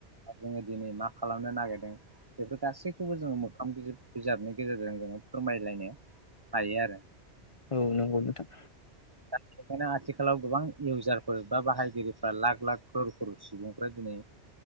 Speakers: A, on the right; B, on the left.
A: जोङो दिनै मा खालामनो नागिरदों बेफोर गासैखौबो जोङो मोखां बिजाब बिजाबनि गेजेरजों जोङो फोरमायलायनो हायो आरो
B: औ नंगौ नोंथां।
A: दा बेखायनो आथिखालाव गोबां इउजारफोर बा बाहायगिरिफ्रा लाख लाख ख्रल-ख्ररल सुबुंफ्रा दिनै